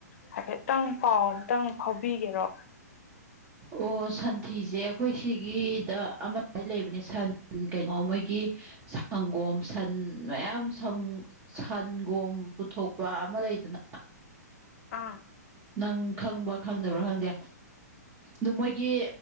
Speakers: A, on the left; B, on the right.
A: ꯍꯥꯏꯐꯦꯠꯇꯪ ꯄꯥꯎ ꯑꯝꯇꯪ ꯐꯥꯎꯕꯤꯒꯦꯔꯣ
B: ꯑꯣ ꯁꯟꯊꯤꯁꯦ ꯑꯩꯈꯣꯏ ꯁꯤꯒꯤꯗ ꯑꯃ ꯂꯩꯕꯅꯦ ꯁꯟ ꯀꯩꯅꯣ ꯃꯣꯏꯒꯤ ꯁꯥ ꯁꯪꯒꯣꯝ ꯁꯟ ꯃꯌꯥꯝ ꯁꯟꯒꯣꯝ ꯄꯨꯊꯣꯛꯄ ꯑꯃ ꯂꯩꯗꯅ
A: ꯑꯥ
B: ꯅꯪ ꯈꯪꯕ꯭ꯔ ꯈꯪꯗꯕ꯭ꯔꯥ ꯈꯪꯗꯦ ꯑꯗꯨ ꯃꯣꯏꯒꯤ